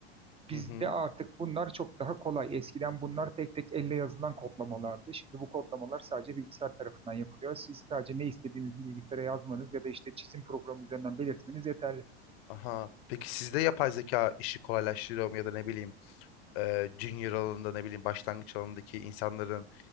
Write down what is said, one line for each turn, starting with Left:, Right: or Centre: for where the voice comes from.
Right: Bizde
Left: hı hı.
Right: artık bunlar çok daha kolay. Eskiden bunlar tek tek elle yazılan kodlamalardı. Şimdi bu kodlamalar sadece bilgisayar tarafından yapılıyor. Siz sadece ne istediğinizi bilgisayara yazmanız ya da işte çizim programı üzerinden belirtmeniz yeterli.
Left: Aha. Peki sizde yapay zeka işi kolaylaştırıyor mu ya da ne bileyim e, junior alanında ne bileyim başlangıç alanındaki insanların